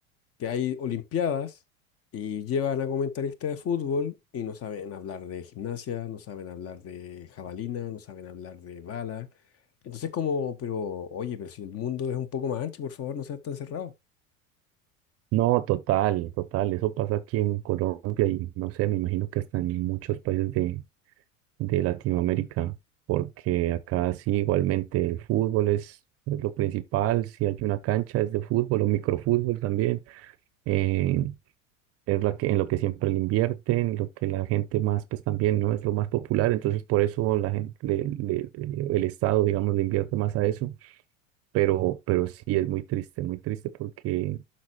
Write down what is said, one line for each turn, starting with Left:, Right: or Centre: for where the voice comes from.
Left: que hay olimpiadas y llevan a comentaristas de fútbol y no saben hablar de gimnasia, no saben hablar de jabalina, no saben hablar de bala. Entonces como, pero oye, pero si el mundo es un poco más ancho, por favor, no seas tan cerrado.
Right: No, total, total. Eso pasa aquí en Colombia y no sé, me imagino que hasta en muchos países de, de Latinoamérica, porque acá sí igualmente el fútbol es, es lo principal, si hay una cancha es de fútbol o microfútbol también, eh, es la que, en lo que siempre le invierten, lo que la gente más, pues también, ¿no? Es lo más popular, entonces por eso la gente, le- le- le- el Estado, digamos, le invierte más a eso, pero, pero sí es muy triste, muy triste porque